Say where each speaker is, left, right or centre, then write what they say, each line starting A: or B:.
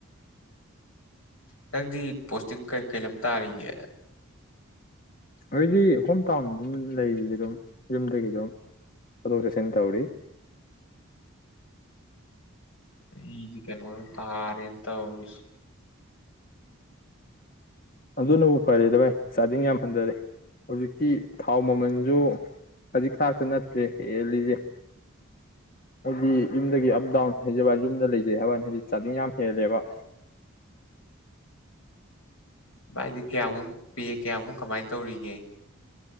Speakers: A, on the left; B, on the left.
A: ꯅꯪꯗꯤ ꯄꯣꯁꯇꯤꯡ ꯀꯩ ꯀꯩ ꯂꯝ ꯇꯥꯔꯤꯒꯦ
B: ꯍꯧꯖꯤꯗꯤ ꯍꯣꯝ ꯇꯥꯎꯟ ꯑꯗꯨꯝ ꯂꯩꯔꯤ ꯑꯗꯨꯝ ꯌꯨꯝꯗꯒꯤ ꯑꯗꯨꯝ ꯆꯠꯊꯣꯛ ꯆꯠꯁꯤꯟ ꯇꯧꯔꯤ
A: ꯑꯩꯗꯤ ꯀꯩꯅꯗ ꯊꯥꯔꯦꯅꯦ ꯇꯧꯔꯤꯖꯦ
B: ꯑꯗꯨꯅꯕꯨ ꯐꯔꯦꯗ ꯚꯥꯏ ꯆꯥꯗꯤꯡ ꯌꯥꯝ ꯍꯟꯊꯔꯦ ꯍꯧꯖꯤꯛꯇꯤ ꯊꯥꯎ ꯃꯃꯜꯖꯨ ꯈꯖꯤꯛ ꯈꯔꯛꯇꯥ ꯅꯠꯇ꯭ꯔꯦ ꯍꯦꯜꯂꯤꯖꯦ ꯍꯥꯏꯗꯤ ꯌꯨꯝꯗꯒꯤ ꯑꯞ ꯗꯥꯎꯟ ꯍꯩꯖꯕꯩ ꯋꯅꯤ ꯌꯨꯝꯗꯒ ꯂꯩꯖꯩ ꯍꯥꯏꯖꯕꯩ ꯋꯥꯅꯤ ꯆꯥꯖꯤꯡ ꯌꯥꯝ ꯍꯦꯜꯂꯦꯕ
A: ꯚꯥꯏꯗꯤ ꯀꯌꯥꯃꯨꯛ ꯄꯦ ꯀꯌꯥꯃꯨꯛ ꯀꯃꯥꯏꯅ ꯇꯧꯔꯤꯒꯦ